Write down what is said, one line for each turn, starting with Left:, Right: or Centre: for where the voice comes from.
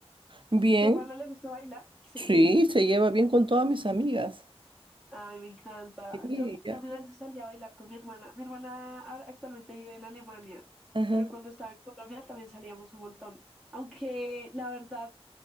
Right: Bien,
Centre: ¿A tu hermano le gusta bailar? Sí.
Right: sí, se lleva bien con todas mis amigas.
Centre: Ay, me encanta.
Right: Sí,
Centre: Yo
Right: ya.
Centre: también a veces salía a bailar con mi hermana. Mi hermana ahora- actualmente vive en Alemania,
Right: Ajá.
Centre: pero cuando estaba en Colombia también salíamos un montón. Aunque la verdad